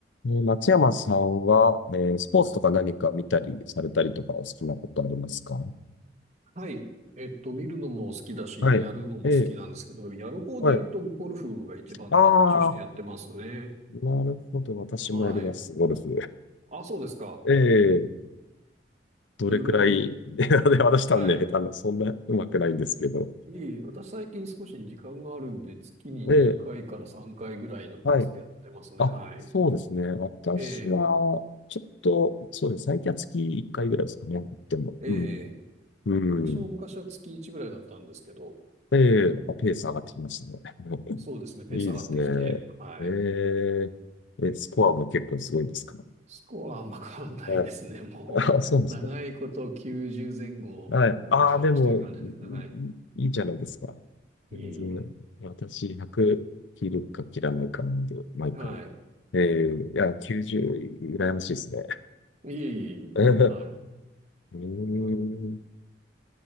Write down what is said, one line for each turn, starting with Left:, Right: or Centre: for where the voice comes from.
Left: えー松山さんは、えースポーツとか何か見たりされたりとかお好きなことありますか
Right: はい。えっと、見るのも好きだし、
Left: はい。
Right: やるのも好きなんですけど、
Left: えー
Right: やる方で言うと、
Left: はい。
Right: ゴルフが一番熱中してやってますね。
Left: ああー、なるほど。私もやります。
Right: はい。
Left: ゴルフ。
Right: あ、そうですか。
Left: ええどれくらい、
Right: どれぐらい、
Left: <laughs> で、私多分ね、
Right: はい。
Left: 下手な、そんな上手くないんですけど。
Right: いい。私最近少し時間があるんで、月に2回から3回ぐらいのペースでやってますね。
Left: ええはい。あ、
Right: はい。
Left: そうですね。私は、
Right: ええ、
Left: ちょっと、そうですね。最近は月1回ぐらいですかね。でも、
Right: え
Left: うん。
Right: え。
Left: うん。
Right: 私も昔は月1ぐらいだったんですけど、
Left: ええあ、
Right: はい。
Left: ペース上がってきましたね。
Right: そうですね。ペース上がってきて、
Left: いいですね。
Right: はい。
Left: えー、え、スコアも結構すごいですか
Right: スコアはあんま変わんないですね。
Left: はい。
Right: <laughs> もう、
Left: あ、そうですか。
Right: 長いこと90前後、
Left: はい。
Right: うろちょろしてる感じですね。
Left: ああ、でも、い
Right: はい。
Left: い、いいじゃないですか。
Right: いえいえ。
Left: 全然、私、100切るか切らないかなんで、毎回。
Right: はい。
Left: えー、いや、90、羨ましいですね。
Right: いいえいえ。
Left: <laughs> えー、
Right: はい。
Left: うーん
Right: あの、